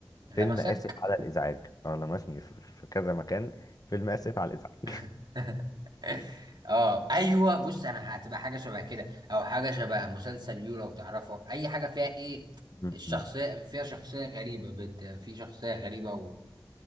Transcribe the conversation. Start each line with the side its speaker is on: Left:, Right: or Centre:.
Right: لمسك
Left: فيلم اسف على الازعاج اه لمسني في في كذا مكان فيلم اسف على الازعاج
Right: <laughs> اه ايوه بص انا هتبقى حاجه شبه كده او حاجه شبه مسلسل يو لو تعرفه اي حاجه فيها ايه
Left: م-
Right: الشخصيه
Left: م-
Right: فيها شخصيه غريبه بت... في شخصيه غريبه و...